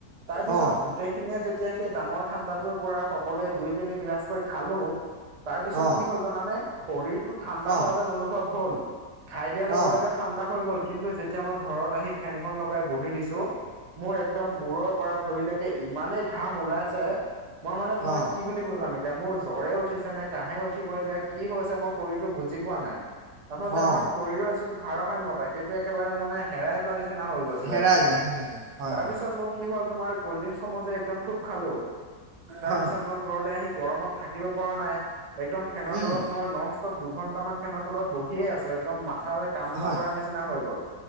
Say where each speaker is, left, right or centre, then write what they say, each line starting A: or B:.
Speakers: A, on the right (about 50°); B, on the right (about 80°).
A: তাৰ পিছত
B: অ
A: গোটেইখিনিয়ে যেতিয়া সেই ডাঙৰ ঠাণ্ডাটোৰ পৰা সকলোৱে দুই তিনি গিলাচকৈ খালো, তাৰ পিছত
B: অ
A: কি হ'ল জানানে? শৰীৰটো ঠাণ্ডা
B: অ
A: হোৱা যেন অনুভৱ হ'ল। খাই দিয়াৰ লগে
B: অ অ
A: লগে ঠাণ্ডা হৈ গ'ল, কিন্তু যেতিয়া মই ঘৰত আহি ফেনখন লগাই বহি দিছো মোৰ একদম মূৰৰ পৰা ভৰিলৈকে ইমানেই ঘাম ওলাইছে মই মানে তোমাক
B: অ
A: কি বুলি বুজাম এতিয়া? মোৰ জ্বৰে উঠিছে নে কহে উঠিব এতিয়া কি হৈছে মোক শৰীৰটো বুজি পোৱা নাই। আচলতে
B: অ
A: আমাৰ শৰীৰৰ যিটো ভাৰসাম্যতা সেইটো একেবাৰে মানে হেৰাই যোৱা নিচিনা হৈ গৈছিলে
B: হেৰাই
A: মোৰ।
B: যায় হেৰাই যায় হয়
A: তাৰ
B: হয়
A: পিছত মোৰ কি হ'ল তোমাৰ কল্ড ড্ৰিংক সমূহ যে একদম খুব খালো তাৰ
B: হয়
A: পিছত মই ঘৰলৈ আহি গৰমত থাকিব পৰা নাই, একদম ফেনৰ
B: উম
A: তলত মই নন ষ্টপ দুঘন্টাম মানেনৰ তলত বহিয়ে আছো, একদম ম কাম
B: হয়
A: নকৰৰা নিচিনা হৈ গ'ল।